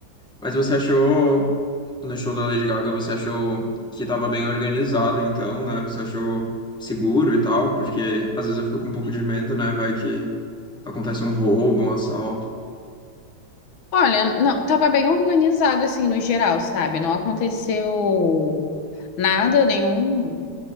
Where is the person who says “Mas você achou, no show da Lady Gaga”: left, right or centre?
Centre